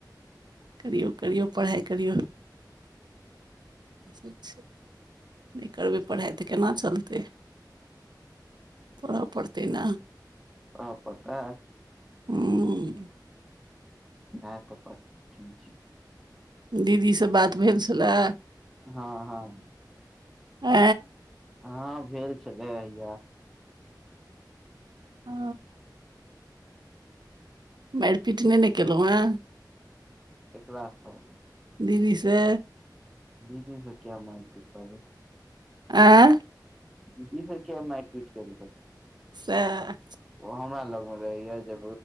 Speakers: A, on the right; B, in the centre.
A: करि करि पढ़ाइ करियौ ठीक छै नहि करबै पढ़ाइ तऽ केना चलतै पढ़ पड़त ना
B: आ प <unintelligible>
A: हूँ।
B: हेत ठीक छै
A: दीदीसँ बात भेल छलै।
B: हँ हँ।
A: आ
B: ह भेल छलै हया
A: ह। मारि पीट नहि ने केलहुँ हे
B: एकटासँ
A: दीदी से
B: दीदी से किया मार पीता
A: आ
B: दीदी से किया मर पित केरके
A: से ह
B: ओ हमरा लग मे रहैया ज